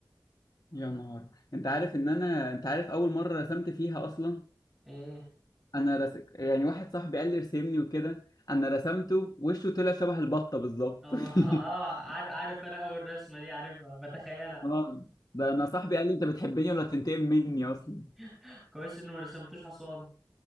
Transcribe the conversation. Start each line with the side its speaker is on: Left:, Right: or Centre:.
Left: يا نهار انت عارف ان انا انت عارف اول مره رسمت فيها اصلا
Centre: ايه
Left: انا رس... يعني واحد صاحبي قال لي ارسمني وكده انا رسمته وشه طلع شبه البطه بالظبط
Centre: <laughs> اه اه
Left: <laughs>
Centre: عارف عارف انا اول رسمة دي عارفها بتخيلها
Left: اه ده انا صاحبي قال لي انت بتحبني ولا تنتقم مني اصلا
Centre: <laughs> كويس انه ما رسمتوش حصان